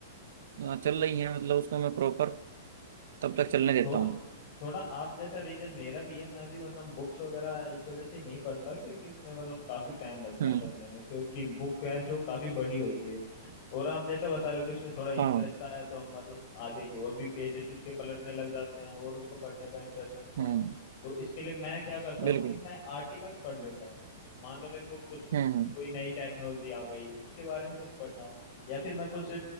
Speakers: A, on the right; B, on the left.
A: हाँ, चल रही है मतलब उसको मैं प्रॉपर तब तक चलने देता
B: थोड़ा
A: हूँ
B: थोड़ा आप जैसा रीजन मेरा भी है मैं भी मतलब बुक्स वगैरह इस वजह से नहीं पढ़ता क्योंकि उसमें मतलब काफी टाइम लगता
A: हम्म
B: है पढ़ने में क्योंकि बुक है जो काफी बड़ी होती है और आप जैसा बता रहे हो कि उसमें थोड़ा इंटरेस्ट
A: हाँ
B: आया तो हम मतलब आगे के और भी पेजेस उसके पलटने लग जाते हैं और उसको पढ़ने का इंटरेस्ट बनता
A: हम्म
B: है तो इसके लिए मैं क्या करता हूँ
A: बिल्कुल
B: कि मैं आर्टिकल्स पढ़ लेता हूँ मान लो मेरे को कुछ
A: हम्म हम्म
B: कोई नई टेक्नोलॉजी आ गई उसके बारे में कुछ पढ़ना हो या फिर मैं कुछ